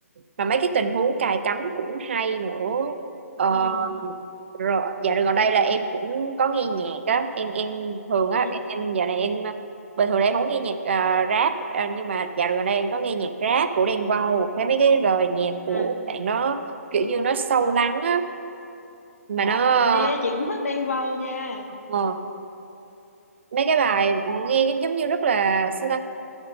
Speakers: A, on the right; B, on the left.
A: mà mấy cái tình huống cài cắm cũng hay nữa ờ,
B: ừ
A: rồi dạo gần đây là em cũng có nghe nhạc á em em thường
B: ừ
A: á em dạo này em bình thường đây em không nghe nhạc ờ, rap ờ, nhưng mà dạo gần đây em có nghe nhạc rap của Đen Vâu thấy mấy cái
B: Ừ.
A: lời nhạc
B: à
A: của bạn nó kiểu như nó sâu lắng á mà nó
B: Ê, chị cũng thích Đen Vâu nha.
A: ờ, mấy cái bài nghe cái giống như rất là sao ta